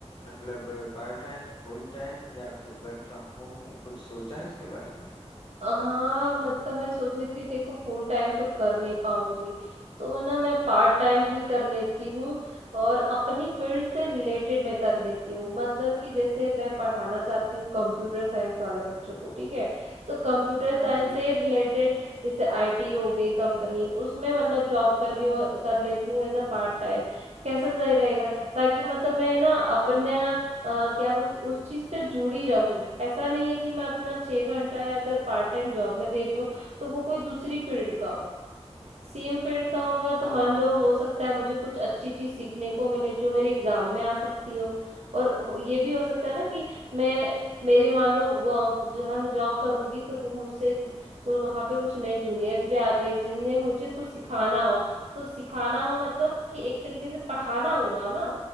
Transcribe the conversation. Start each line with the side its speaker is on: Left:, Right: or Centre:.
Left: मतलब पार्ट टाइम फुल टाइम या फिर वर्क फ्रॉम होम कुछ सोचा है उसके बारे में
Right: हाँ मतलब मैं सोच रही थी देखो फुल टाइम तो कर नहीं पाऊंगी तो ना मैं पार्ट टाइम ही कर लेती हूँ और अपनी फील्ड से रिलेटेड मैं कर लेती हूँ मतलब कि जैसे मैं पढ़ाना चाहती हूँ कंप्यूटर साइंस वाले बच्चों को ठीक है तो कंप्यूटर
Left: हाँ
Right: साइंस
Left: जी
Right: से रिलेटेड जैसे आईटी हो गई कंपनी उसमें मतलब जॉब कर ली कर लेती हूँ एज अ पार्ट टाइम कैसा सही रहेगा ताकि मतलब मैं ना अपने आ, क्या बोलते उस चीज पे जुड़ी रहूं ऐसा नहीं है कि मैं अपना छह घंटा या अगर पार्ट टाइम जॉब में दे रही हूँ तो वो कोई दूसरी फील्ड का हो सेम फील्ड का होगा तो
Left: हाँ
Right: मान
Left: हाँ
Right: लो हो सकता है मुझे कुछ अच्छी चीज सीखने को मिले जो मेरे एग्जाम में आ सकती हो और हो- ये भी हो सकता है ना कि मैं मेरे मान लो वहाँ- जहाँ मैं जॉब करूंगी तो वो मुझसे कुछ वहां पे कुछ नए जूनियर्स भी आ गए जिन्हें मुझे कुछ सिखाना हो तो सिखाना हो मतलब कि एक तरीके से पढ़ाना हुआ ना